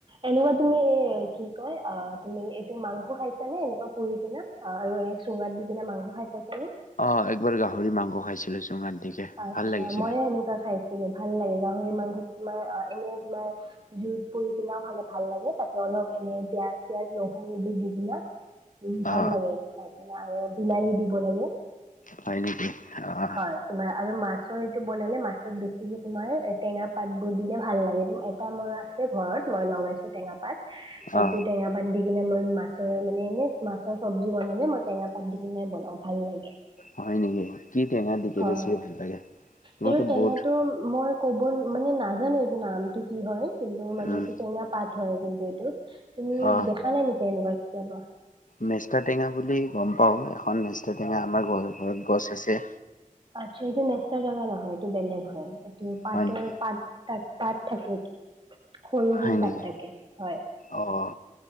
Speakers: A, on the right (about 35°); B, on the left (about 70°).
A: এনেকুৱা তুমি এ কি কয় অ' তুমি এইটো মাংস খাইছা নে এনেকুৱা পুৰি কিনে? আৰু এই চুঙাত দি কিনে মাংস খাই পাইছানে?
B: অ' একবাৰ গাহৰি মাংস খাইছিলোঁ চুঙাত দিকে
A: আচ্ছা,
B: ভাল লাগিছিলে।
A: মইয়ো এনেকুৱা খাইছিলোঁ। ভাল লাগে গাহৰি মাংসটো তোমাৰ এনে তোমাৰ জুইত পুৰি কিনেও খালে ভাল লাগে। তাতে অলপ এনে পিয়াঁজ চিয়াজ নহৰু এইবোৰ দি কিনে উম, ভাল
B: অ
A: লাগে এইটো খাই কিনে আৰু বিলাহী দিব লাগে।
B: হয় নেকি, অ'
A: হয় তোমাৰ আৰু মাছৰ এইটো বনালে মাছত বেছিকে তোমাৰ টেঙা পাতবোৰ দিলে ভাল লাগে। এটা মাছ তে ঘৰত মই লগাইছোঁ। টেঙা পাত, সেইটো
B: অ
A: টেঙা পাত দি কিনে মই মাছৰ মানে এনেই মাছৰ চব্জি বনালে মই টেঙা পাত দি কিনে বনাওঁ ভাল লাগে।
B: হয় নেকি কি টেঙা দি কিনে
A: হয়
B: বেছিকৈ ভাল লাগে? তোমাৰটৈ
A: এইটো টেঙাটো
B: বহুত
A: মই ক'ব মানে নাজানোঁ এইটো নামটো কি হয় কিন্তু মানে
B: উম
A: এইটো টেঙা পাত হয়। কিন্তু, এইটো তুমি
B: অ
A: দেখা নাই নেকি এনেকুৱা কেতিয়াবা?
B: মেষ্টা টেঙা বুলি গ'ম পাওঁ। এখন মেষ্টা টেঙা আমাৰ ঘৰত ঘৰত গছ আছে।
A: আচ্ছা, এইটো মেষ্টা টেঙা নহয়, এইটো বেলেগ হয়, এইটো পাতৰ
B: হয় নেকি?
A: পাত তাত পাত থাকে সৰু
B: হয়
A: সৰু
B: নেকি
A: পাত থাকে হয়।
B: অ'